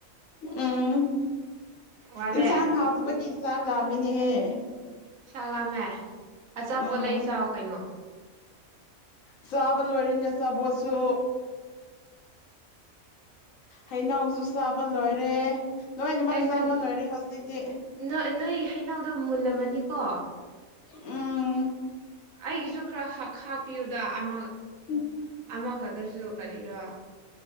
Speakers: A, on the left (about 75°); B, on the right (about 75°).
A: ꯎꯝ
B: ꯋꯥꯠꯂꯦ
A: ꯏꯟꯁꯥꯡ ꯍꯥꯎꯇꯕꯒꯤ ꯆꯥꯛ ꯂꯥꯝꯃꯦꯅꯦꯍꯦ
B: ꯆꯥꯛ ꯂꯥꯝꯃꯦ ꯑꯆꯥꯄꯣꯠ
A: ꯎꯝ
B: ꯂꯩ ꯆꯥꯎ ꯀꯩꯅꯣ
A: ꯆꯥꯕ ꯂꯣꯏꯔꯦꯅꯦ ꯑꯆꯥꯕꯣꯠꯁꯨ ꯍꯩꯅꯧꯁꯨ ꯆꯥꯕ ꯂꯣꯏꯔꯦ ꯂꯣꯏꯅꯃꯛ
B: ꯑꯩ
A: ꯆꯥꯕ
B: ꯅꯟ
A: ꯂꯣꯏꯔꯦ ꯍꯧꯖꯤꯛꯇꯤ
B: ꯅ ꯅꯣꯏ ꯍꯩꯅꯧꯗꯣ ꯃꯨꯜꯂꯝꯃꯅꯤꯀꯣ
A: ꯎꯝ
B: ꯑꯩꯒꯤꯁꯨ ꯈꯔ ꯍ ꯈꯥꯛꯄꯤꯌꯨꯗ ꯑꯃ
A: <unintelligible>
B: ꯑꯃ ꯈꯠꯇꯁꯨ ꯀꯔꯤꯔ